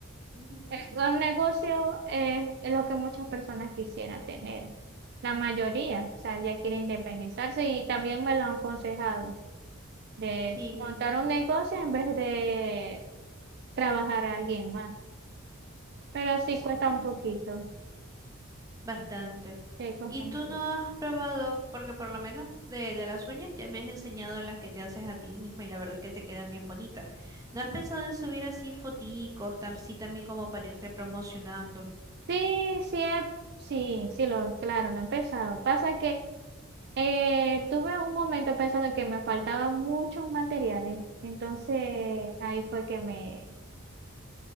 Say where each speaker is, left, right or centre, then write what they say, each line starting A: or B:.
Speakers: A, on the right; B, on the right.
A: ujú.
B: Eh, Un negocio es, es lo que muchas personas quisieran tener. La mayoría, o sea, ya quiere independizarse y también me lo han aconsejado de
A: Sí.
B: montar un negocio en vez de trabajar a alguien más. Pero sí
A: Sí,
B: cuesta un poquito.
A: Bastante.
B: Sí, cuesta
A: ¿Y
B: un
A: tú
B: poquito.
A: no has probado, porque por lo menos de, de las uñas ya me has enseñado las que te haces a ti misma y la verdad es que te quedan bien bonitas? ¿No has pensado en subir así foticos, tam- sí también como para irte promocionando?
B: Sí, sí, he- sí, sí, lo, claro, lo he empezado. Pasa que Eh, tuve un momento pensando que me faltaban muchos materiales, entonces ahí fue que me,